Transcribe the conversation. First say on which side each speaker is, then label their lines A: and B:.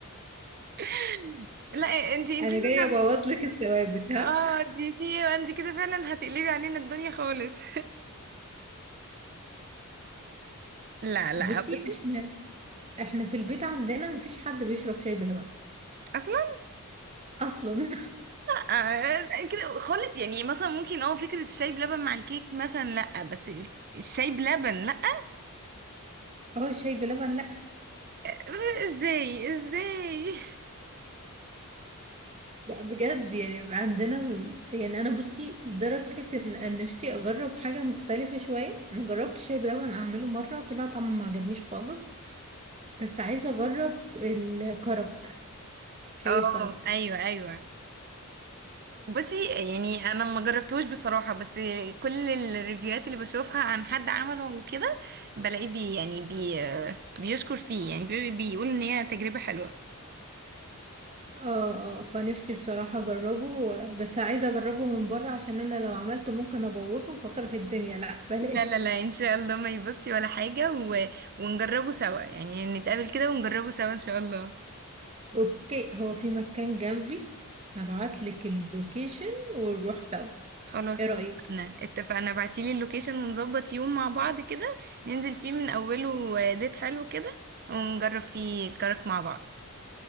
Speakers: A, on the right; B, on the right.
A: <laughs> لا انتي انتي
B: انا
A: لازم
B: جاية ابوظ لك الثوابت ها
A: اه دي في ايه انت كده فعلا هتقلبي علينا الدنيا خالص <laughs> لا لا
B: بصي
A: بس
B: احنا احنا في البيت عندنا مفيش حد بيشرب شاي بلبن
A: اصلا
B: اصلا
A: آه، كده خالص يعني مثلا ممكن اه فكرة الشاي بلبن مع الكيك مثلا لا بس الشاي بلبن لا
B: <laughs> هو الشاي بلبن لا
A: <laughs> ازاي ازاي
B: لا بجد يعني عندنا يعني انا بصي لدرجة ان أن نفسي اجرب حاجة مختلفة شوية أنا جربت الشاي بلبن اعمله مرة طلع طعمه ما عجبنيش خالص بس عايزة اجرب الكرك شاي
A: اه
B: الكرك
A: ايوه ايوه بصي يعني انا ما جربتوش بصراحه بس كل الريفيوهات اللي بشوفها عن حد عمله وكده بلاقيه بي يعني بي بيشكر فيه يعني بي بيقول ان هي تجربه حلوه
B: اه اه فنفسي بصراحة اجربه بس عايزة اجربه من بره عشان انا لو عملته ممكن ابوظه فاكره الدنيا لا بلاش
A: لا لا لا ان شاء الله ما يبصش ولا حاجه و... ونجربه سوا يعني نتقابل كده ونجربه سوا ان شاء الله
B: اوكي هو في مكان جنبي هبعتلك اللوكيشن ونروح سوا
A: خلاص
B: ايه رأيك
A: اتفقنا اتفقنا بعتيلي اللوكيشن ونظبط يوم مع بعض كده ننزل فيه من اوله آه، ديت حلو كده ونجرب فيه الكرك مع بعض